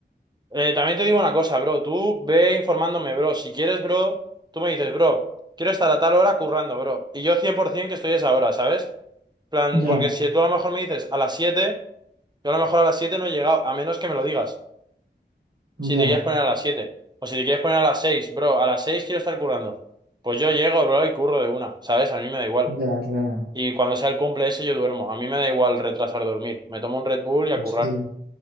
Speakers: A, on the right (about 25°); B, on the right (about 55°).
A: Eh, también te digo una cosa, bro. Tú ve informándome, bro. Si quieres, bro, tú me dices, bro, quiero estar a tal hora currando, bro. Y yo 100% que estoy a esa hora, ¿sabes? plan,
B: ya,
A: porque si tú a lo mejor me dices a las siete yo a lo mejor a las 7 no he llegado, a menos que me lo digas. Si
B: ya,
A: te quieres poner a las siete O si te quieres poner a las seis bro. A las 6 quiero estar currando. Pues yo llego, bro, y curro de una. ¿Sabes? A mí me da igual.
B: ya, claro.
A: Y cuando sea el cumple ese, yo duermo. A mí me da igual retrasar dormir. Me tomo un Red Bull y
B: Pues
A: a currar.
B: Sí,